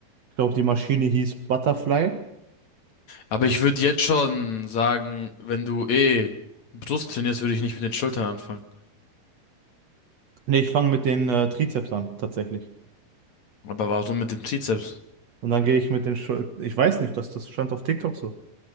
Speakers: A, on the right; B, on the left.
A: Ich glaube, die Maschine hieß Butterfly.
B: Aber ich würde jetzt schon sagen, wenn du eh Brust trainierst, würde ich nicht mit den Schultern anfangen.
A: Nee, ich fange mit den äh, Trizeps an, tatsächlich.
B: Aber warum mit dem Trizeps?
A: Und dann gehe ich mit den Schul- Ich weiß nicht, das, das stand auf TikTok so.